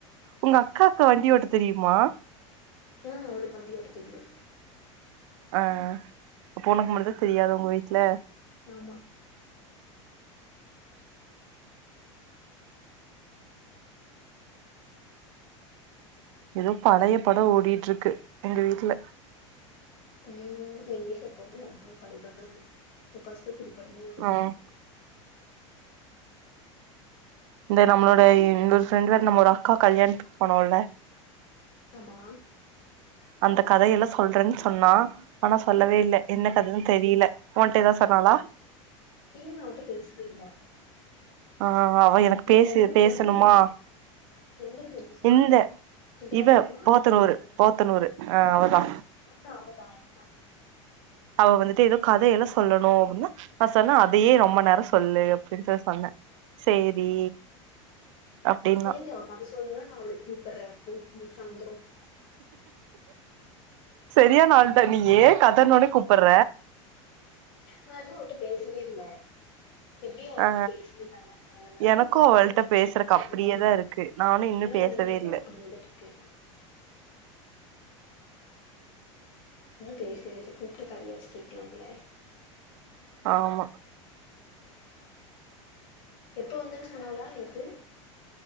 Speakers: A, on the right; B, on the left.
A: உங்க அக்காக்கு வண்டி ஓட்ட தெரியுமா
B: ஆ அவளுக்கு வண்டி ஓட்ட தெரியு
A: ஆ போனக்கும்பதுதா தெரியாது உங்க வீட்ல
B: ஆமா
A: ஏதோ பழய படோ ஓடிட்டு இருக்கு எங்க வீட்ல
B: உம் டிவி எப்போமே அம் படிக்கரும் எப்ப ப்பஸ்ட் புதுப்படமே ஓடும்
A: ம் இந்த நம்மளோட இன்னொரு ஃபிரண்டு வேற நம்ம ஒரு அக்கா கல்யாணத்துக்கு போனோம் இல்ல
B: ஆமா
A: அந்த கதையெல்லாம் சொல்றன்னு சொன்னா ஆனா சொல்லவே இல்ல என்ன கதன்னு தெரியல ஓன்ட்ட எதா சொன்னாளா
B: இல்ல நா அவள்ட்ட பேசவே இல்ல
A: ஆ அவ எனக்கு பேசு
B: எ எந்த
A: பேசணுமா
B: எந்த ஃப்ரெண்டு எந்த ஃப்ரெண்டு சொல்ற
A: இந்த
B: சுந்தராபுரமா
A: இவ போத்தனூரு
B: ம்
A: போத்தநூறு ஆ அவதான்
B: ன்னா அவதா ஆ
A: அவ வந்துட்டு எதோ கதையெல்லாம் சொல்லணும் அப்டினா நா சொன்ன அதையே ரொம்ப நேரம் சொல்லு அப்டின்ட்டு சொன்ன சேரி அப்டின்னா
B: சரி அவ கத சொல்லணுன்னா நா அவளுக்கு கூப்படறே அப்போ சாந்தறோ
A: சரியான ஆள் தா நீயி கத இன்னோனே கூப்பற
B: நாதா ஒன்ட்ட கேக்கவே இல்ல எப்படியோ அவட்டு
A: ஆ
B: பேசிருந்தால அதால
A: எனக்கு
B: சரி கூப்பித
A: அவள்ட்ட
B: வச்சலான்னு எப்டி அவளுக்கு
A: பேசுறக்கு
B: தெரியும் சொல்லாம நா நெனச்சி கூப்ட்டன் கதைய சொல்லுவா
A: அப்டியேதா
B: அப்டின்
A: இருக்கு நானு இன்னு பேசவே
B: ஏ எனக்கும்
A: இல்ல
B: அப்டியேதா இருக்கு ஏன் பேசவே இல்ல சரி கூப்ட்டுருக்கா நீயாச்சும் கேக்கலாம் இல்ல
A: ஆமா
B: எப்ப வந்தன் சொன்னாளா நேத்து